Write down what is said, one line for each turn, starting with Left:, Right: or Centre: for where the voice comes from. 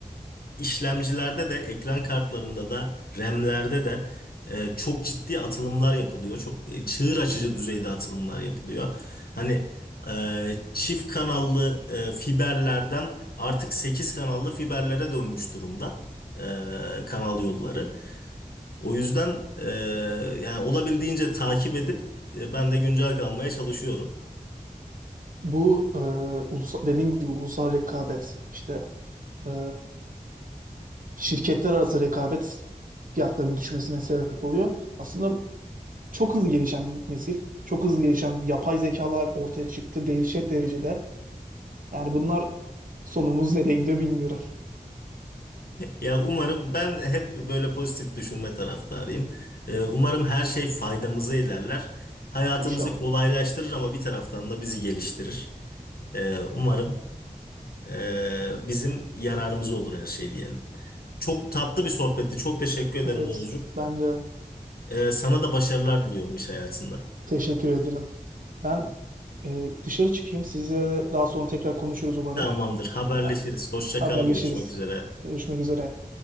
Left: işlemcilerde de ekran kartlarında da RAM'lerde de e, çok ciddi atılımlar yapılıyor. Çok e, çığır açıcı düzeyde atılımlar yapılıyor. Hani e, çift kanallı e, fiberlerden artık 8 kanallı fiberlere dönmüş durumda e, kanal yolları. O yüzden e, yani olabildiğince takip edip e, ben de güncel kalmaya çalışıyorum.
Right: Bu e, ulusal, dediğin gibi ulusal rekabet işte e, şirketler arası rekabet fiyatlarının düşmesine sebep oluyor. Aslında çok hızlı gelişen bir nesil. Çok hızlı gelişen yapay zekalar ortaya çıktı dehşet derecede. Yani bunlar sonumuz nereye gidiyor bilmiyorum.
Left: <laughs> Ya umarım ben hep böyle pozitif düşünme taraftarıyım. Ee, umarım her şey faydamıza ilerler. Hayatımızı
Right: İnşallah.
Left: kolaylaştırır ama bir taraftan da bizi geliştirir. Ee, umarım e, bizim yararımıza olur her şey diyelim. Çok
Right: Senin.
Left: tatlı bir sohbetti. Çok teşekkür ederim
Right: Evet,
Left: Oğuzcuğum.
Right: ben de
Left: Ee, sana da başarılar diliyorum iş hayatında.
Right: teşekkür ederim. Ben e, dışarı çıkayım. Sizle daha sonra tekrar konuşuruz umarım.
Left: Tamamdır. Haberleşiriz.
Right: Ben,
Left: Hoşça
Right: haberleşiriz.
Left: kal. Görüşmek üzere.
Right: Görüşmek üzere.